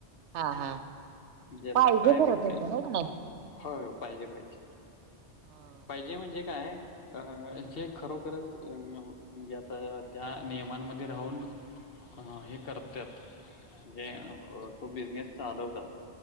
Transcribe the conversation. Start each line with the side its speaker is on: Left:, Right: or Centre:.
Right: हा हा
Left: आता
Right: पाहिजे
Left: काय
Right: खरंं
Left: विकायच
Right: तर ते हो की नाय?
Left: होय हो पाहिजे पाहिजे,
Right: हम्म
Left: पाहिजे म्हणजे काय अं जे खरोखरच अ म्हणजे आता त्या नियमांमध्ये राहून अ हे करत्यात, म्हणजे अ तो बिझनेस चालवतात